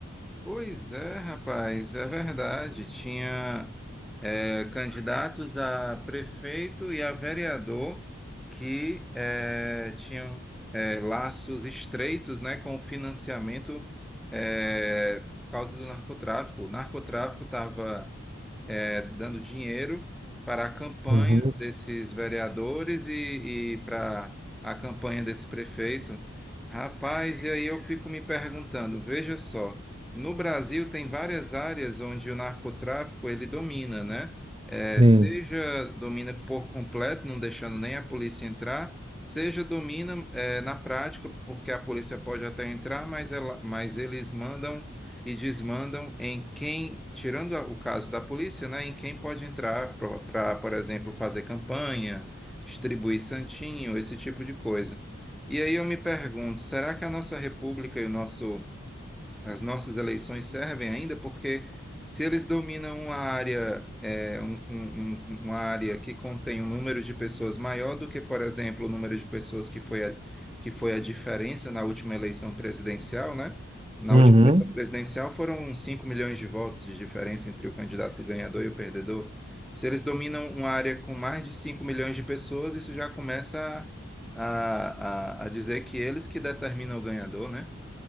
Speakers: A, in the centre; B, on the right.
A: Pois é, rapaz, é verdade. Tinha é, candidatos a prefeito e a vereador que é, tinham é, laços estreitos, né, com o financiamento é, por causa do narcotráfico. O narcotráfico estava é, dando dinheiro para a campanha
B: Uhum.
A: desses vereadores e, e para a campanha desse prefeito. Rapaz, e aí eu fico me perguntando, veja só, no Brasil tem várias áreas onde o narcotráfico ele domina, né? É,
B: Sim.
A: seja domina por completo, não deixando nem a polícia entrar, seja domina é, na prática, porque a polícia pode até entrar, mas, ela, mas eles mandam e desmandam em quem, tirando a- o caso da polícia, né, em quem pode entrar para, por exemplo, fazer campanha, distribuir santinho, esse tipo de coisa. E aí eu me pergunto, será que a nossa república e o nosso as nossas eleições servem ainda porque se eles dominam uma área, é, um- um- um- uma área que contém um número de pessoas maior do que, por exemplo, o número de pessoas que foi a, que foi a diferença na última eleição presidencial, né? Na
B: Uhum.
A: última eleição presidencial foram uns 5 milhões de votos de diferença entre o candidato ganhador e o perdedor. Se eles dominam uma área com mais de 5 milhões de pessoas, isso já começa a, a, a dizer que eles que determinam o ganhador, né?